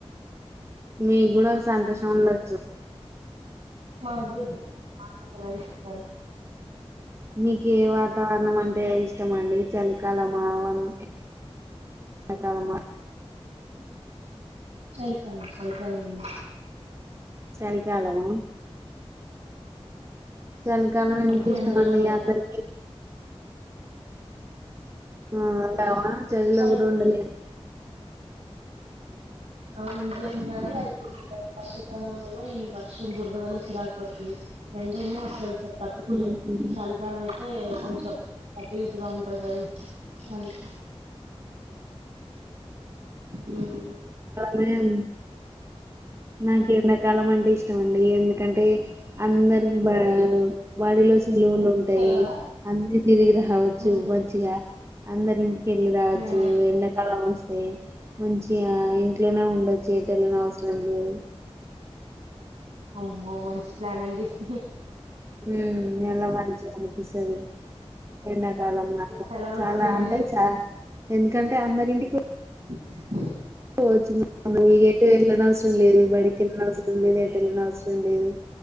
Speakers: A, on the right; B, on the right.
A: మీ కూడా సంతోషం ఉండొచ్చు
B: మాగుడు మా కూడా సెలవలు సరే
A: మీక ఏ వాతావరణం అంటే అంట ఇష్టం మండి చలి కాలమా వర్ ఎండాకాలమా
B: చలి కాలం చలికాలం ఉంది
A: చలికాలమా చలికాలం ఎందుకు
B: అంటే
A: ఇష్టంమండి
B: ఎండలో ఉండలేము
A: అందరికి ఆ చెలిలో
B: చలికాలం
A: కూడ ఉండలేం
B: అవును ఉండలేం కాని అది కుడుకు వర్షాకాలంలో ఏమో ఈ వర్షం బురద వల్ల చిరాకు పడుతుంది ఎండ ఏమో అసలుస తట్టుకోలేం
A: ఉమ్.
B: చలికాలం అయితే కొంచెం అట్టు ఇటుగా ఉంటంది కద అది ఉమ్
A: మేం నాంకి ఎండాకాలం అంటే ఇష్టంమండి ఎందు ఎ కంటే అందరికి బ బడిలో సెలవులు ఉంటాయి
B: సెలవులా
A: అందరి తిరిగి రావచ్చు
B: మ్మ్
A: మంచిగా అందరింగి వెళ్ళు రాజు
B: మ్మ్
A: ఎన్నకాల ఏ మంచి ఆ ఇంట్లోనే ఉండొచ్చు ఎట్టు వెళ్ళన అవసరం అమ్
B: అమ్మో మంచి ప్లాన్ అండి అహుమ్
A: ఉమ్ ఎలా మంచిగా అనిపిస్తుంది ఎండాకాలం నాకు
B: సెలవులు
A: చాలా
B: వస్తాయని
A: అంటే చా ఎందుకంటే అందరింటికి
B: చె
A: ఓ ఏట్టు వెళ్ళన అవసరం లేదు బడికి వేళనవసరం తొమ్మిది వెళ్ళిన అవసరం లేదు